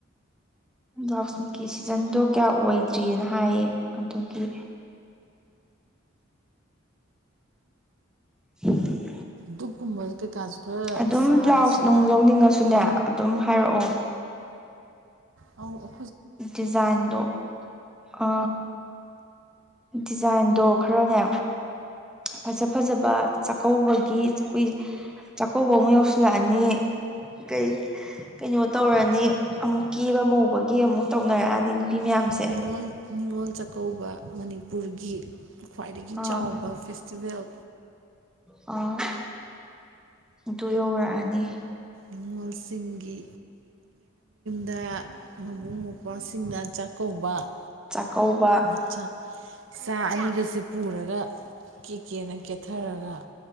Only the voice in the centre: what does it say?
ꯕ꯭ꯂꯥꯎꯁꯠꯀꯤ ꯁꯤꯖꯟꯗꯣ ꯀꯌꯥ ꯑꯣꯏꯗ꯭ꯔꯤꯑꯅ ꯍꯥꯏꯌꯦ ꯑꯗꯨꯒꯤ <unintelligible>
ꯑꯗꯨꯝ
ꯕ꯭ꯂꯥꯎꯁ ꯅꯨꯡ ꯂꯧꯅꯤꯡꯉꯁꯨꯅꯦ ꯑꯗꯨꯝ ꯍꯥꯏꯔꯛꯑꯣ
ꯗꯤꯖꯥꯏꯟꯗꯣ ꯑ ꯗꯤꯖꯥꯏꯟꯗꯣ ꯈꯔꯅꯦ ꯐꯖ ꯐꯖꯕ ꯆꯥꯛꯀꯧꯕꯒꯤ ꯀꯏ ꯆꯥꯛꯀꯧꯕ ꯑꯃꯨ ꯌꯧꯁꯤꯜꯂꯛꯑꯅꯤ ꯀꯩ ꯀꯩꯅꯣ ꯇꯧꯔꯅꯤ ꯑꯃꯨꯛ ꯀꯦꯕ ꯉꯧꯕꯒꯤ ꯑꯃꯨꯛ ꯇꯧꯅꯔꯛꯑꯅꯤ ꯃꯌꯥꯝꯁꯦ
ꯑꯥ
ꯑꯥ ꯑꯗꯨ ꯌꯧꯔꯛꯑꯅꯤ
ꯆꯥꯛꯀꯧꯕ